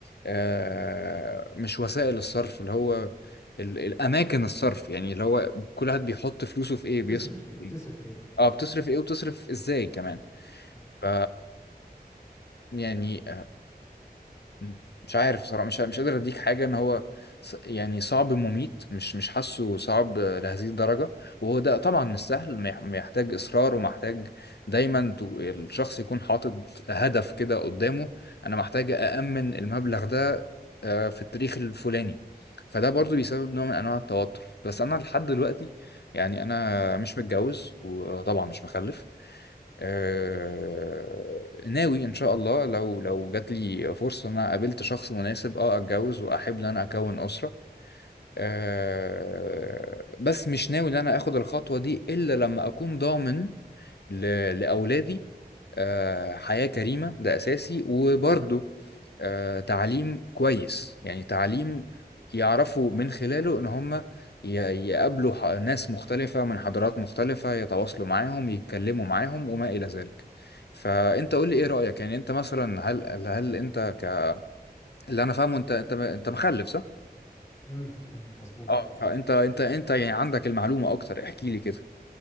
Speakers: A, on the left (about 80°); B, on the left (about 20°).
A: آه مش وسائل الصرف اللي هو ال- الاماكن الصرف يعني اللي هو كل واحد بيحط فلوسه في ايه بيصرف
B: تصرف فين
A: في ايه
B: تصرف فين
A: اه
B: مم.
A: بتصرف ايه وبتصرف ازاي كمان
B: مم.
A: ف يعني مم. مش عارف صراحة مش مش قادر اديك حاجة ان هو ص- يعني صعب مميت مش مش حاسه صعب لهذه الدرجة وهو ده طبعا مش سهل ما يح- ما يحتاج اصرار ومحتاج دايما تو- الشخص يكون حاطط هدف كده قدامه انا محتاج أأمن المبلغ ده آه، في التاريخ الفلاني فده برضو بيسبب نوع من انواع التوتر بس انا لحد دلوقتي يعني انا مش متجوز وطبعا مش مخلف آه، ناوي ان شاء الله لو لو جات لي فرصه ان انا قابلت شخص مناسب اه اتجوز واحب ان انا اكون اسره آه، بس مش ناوي ان انا اخد الخطوه دي الا لما اكون ضامن ل- لأولادي آه، حياة كريمة ده أساسي وبرضه آه، تعليم كويس يعني تعليم يعرفوا من خلاله إن هم ي- يقابلوا ح- ناس مختلفة من حضارات مختلفة يتواصلوا معاهم يتكلموا معاهم وما إلى ذلك فأنت قول لي إيه رأيك يعني أنت مثلا هل هل أنت ك اللي أنا فاهمه أنت أنت أنت مخلف صح؟
B: امم امم مظبوط
A: اه
B: اه
A: فأنت أنت أنت يعني عندك المعلومة أكتر احكي لي كده